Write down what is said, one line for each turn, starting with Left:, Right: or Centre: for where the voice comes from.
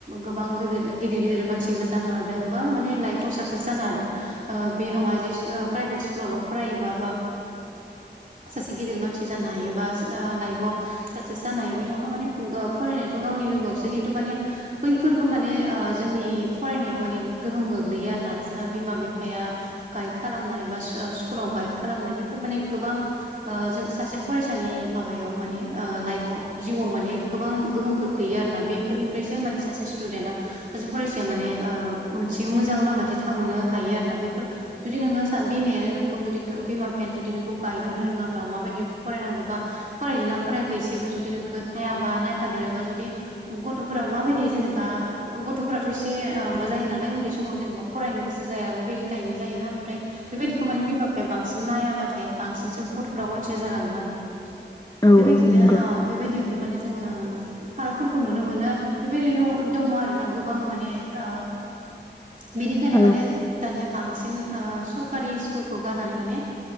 Right: गोबां गिदिर गिदिर मानसिबो जानो हादों बा माने लाइफआव साक्सेस जानो हादों ओ बे नङा जे प्राइभेट स्कुलावल' फरायोबा बा सासे गिदिर मानसि जानो हायोबा लाइफाव साक्सेस जानो हायो बे नङा माने फरायनायाथ' गावनि लोगोआवसो खिन्थु माने बैफोरबो माने जोंनि फरायनायाव माने गोहोम गोग्लैयो आरोना जोंहा बिमा बिफाया गाइड खालामनाय बा स्कुलाव गाइड खालामनाय बेफोर माने गोबां ओ जो सासे फरायसानि माबायाव माने लाइफाव जिउआव माने गोबां गोहोम खोख्लै ख्लैयो आरोना बेफोरनिफ्रायसो माने सासे स्टुडेन्टआ सासे फरायसाया माने मोनसे मोजां लामाथि थांनो हायो आरोना बेफोर जुदि नोङो बिमायानो नोंखौ जुदि बिमा बिफायानो जुदि नोंखौ गाइड होनो रोङाब्ला माबायदि फरायनांगौ बा फरायदोना फरायाखै एसेबो जुदि नोंखौ नायाबा नायफादेराबा जुदि गथ'फोरा माबायदि जेनेबा गथ'फोराथ' एसे माबा जायो नालाय उन्दै समाव जेनेबा फरायनो गोसो जाया बेबायदि टाइपनि जायोना ओमफ्राय बेबायदिखौ माने बिमा बिफाया बांसिन नायाबाथाय बांसिनसो गथ'फ्रा अलसिया जालाङो आरो
Left: औ
Right: बेबायदिनो
Left: औ नंगौ
Right: आ बेबायदियावनो माने जोङो फारागफोरखौ नुनो मोनो बेबायदिनो दङ आरोना गोबां माने आ बिदिखायनो
Left: औ
Right: माने दानिया बांसिन सरकारि स्कुलखौ गारनानै माने